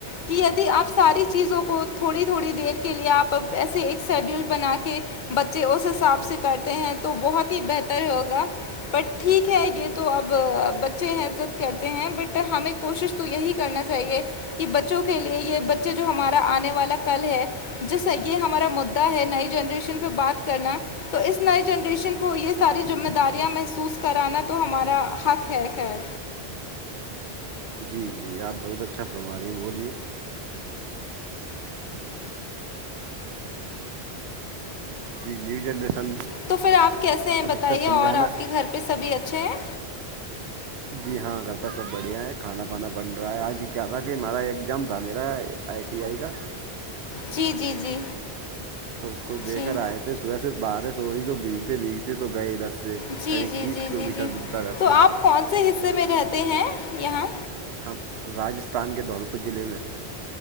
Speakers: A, on the left; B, on the right.
A: کی یدی آپ ساری چیزوں کو تھوڑی تھوڑی دیر کے لیے آپ اب ایسے ایک شیڈیول بنا کے بچے اس حساب سے کرتے ہیں تو بہت ہی بہتر ہوگا بٹ ٹھیک ہے یے تو اب بچے ضد کرتے ہیں بٹ ہمیں کوشش تو یہی کرنا چاہیے کی بچوں کے لیے یے بچے جو ہمارا آنے والا کل ہے جیسا یے ہمارا مدا ہے نئی جنریشن پے بات کرنا تو اس نئے جنریشن کو یے ساری ذمہ داریاں محسوس کرانا تو ہمارا حق ہے خیر
B: جی جی آپ بہت اچھا فرما رہی بولیے جی نیو جنریشن
A: تو پھر آپ کیسے ہیں
B: ادھکتر
A: بتائیے
B: سمجھانا
A: اور آپ کے گھر پے سبھی اچھے ہیں
B: جی ہاں گھر پے سب بڑھیا ہیں کھانا پانا بن رہا ہے آج کیا تھا کہ ہمارا ایگزام تھا میرا آئی ٹی آئی کا
A: جی جی جی
B: تو اس کو دے
A: جی
B: کر آئے تھے صبح سے بارش ہو رہی تو بھیگتے بھیگتے تو گئے ادھر سے
A: جی
B: قریب
A: جی
B: تیس
A: جی
B: کلو
A: جی
B: میٹر
A: جی
B: دور تھا گھر
A: تو
B: سے
A: آپ کون سے حصے میں رہتے ہیں یہاں
B: ہم راجستھان کے دھولپور ضلعے میں